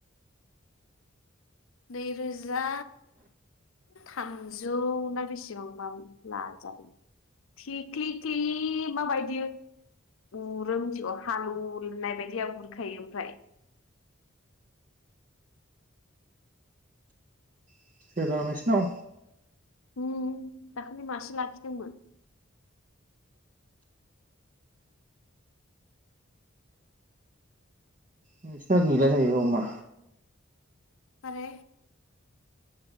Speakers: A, on the left (about 75°); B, on the right (about 35°).
A: नैरोजा थामजौ ना बेसेबांबा लाजादों थिख्लि क्लि माबायदि उरो मिथिगौ हालुवनाय बायदिया उरखायो ओमफ्राय
B: <unintelligible> नोंसिनाव
A: उम दाखालि मासे लाखिदोंमोन
B: नोंसिना गैला जाहैबाय अमा
A: माबे?